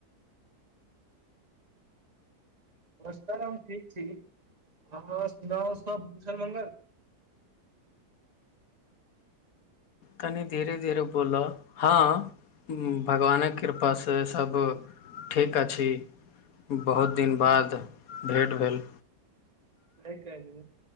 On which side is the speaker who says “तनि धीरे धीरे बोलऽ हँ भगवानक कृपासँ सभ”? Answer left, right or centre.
Left